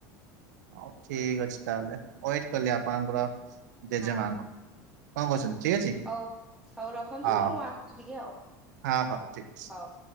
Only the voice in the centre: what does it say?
ହଁ
ହଉ ହଉ ରଖନ୍ତୁ
ମୁଁ ଆସିଛି ଟିକେ ଆଉ
ହଉ।